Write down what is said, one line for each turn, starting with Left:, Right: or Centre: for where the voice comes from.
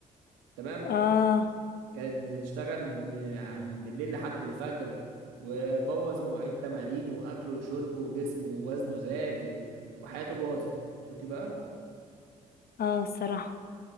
Right: تمام
Left: اه
Right: كانت بتشتغل من من بالليل لحد الفجر وبوظ مواعيد تمارينه واكله وشربه وجسمه ووزنه زاد و... وحياته باظت شفتي بقى
Left: اه الصراحة